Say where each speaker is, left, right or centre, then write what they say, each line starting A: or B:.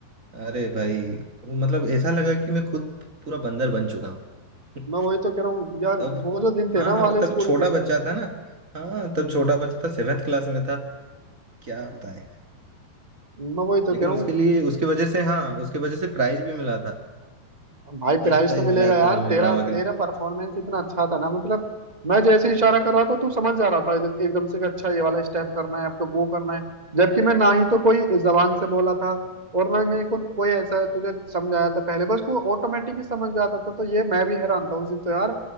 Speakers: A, on the right (about 85°); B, on the right (about 15°).
A: अरे भाई वो मतलब ऐसा लगा कि मैं खुद पूरा बंदर बन चुका हूँ <laughs>
B: मैं वही तो कह रहा हूँ यार
A: तब
B: वो जो दिन थे
A: हाँ
B: ना
A: हाँ,
B: वाले
A: तब
B: स्कूल
A: छोटा
B: के
A: बच्चा था ना हाँ तब छोटा बच्चा था सेवेंथ क्लास में था क्या बताएं।
B: मैं वही तो
A: लेकिन
B: कह रहा
A: उसके
B: हूँ
A: लिए उसके वजह से हाँ उसके वजह से प्राइज भी मिला था
B: भाई
A: फर्स्ट
B: प्राइस
A: प्राइज
B: तो मिलेगा
A: मिला
B: यार
A: था हमें
B: तेरा
A: ड्रामा के
B: तेरा
A: लिए
B: परफॉर्मेंस इतना अच्छा था ना मतलब मैं जैसे इशारा कर रहा था तू समझ जा रहा था एकदम- एकदम से कि अच्छा ये वाला स्टेप करना है आपको वो करना है जबकि मैं ना ही तो कोई जबान से बोला था और ना ही मेरे को कोई ऐसा तुझे समझाया था पहले बस तू ऑटोमेटिक ही समझ जाता था तो ये मैं भी हैरान था उस दिन तो यार